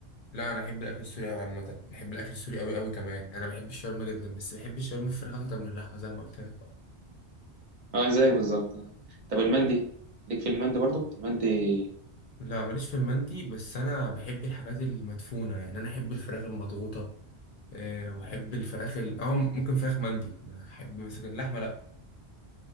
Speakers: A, on the left; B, on the right.
A: لا انا احب الاكل السوري أوي عامة بحب الاكل السوري قوي قوي كمان انا بحب الشاورما جدا بس بحب الشاورما الفراخ اكتر من اللحمة زي ما قلت لك
B: اه زيك بالظبط طب المندي ليك في المندي برضو المندي
A: لا ماليش في المندي بس انا بحب الحاجات المدفونة يعني انا احب الفراخ المضغوطة أه واحب الفراخ ال... اه ممكن فراخ مندي احب مثلا اللحمة لا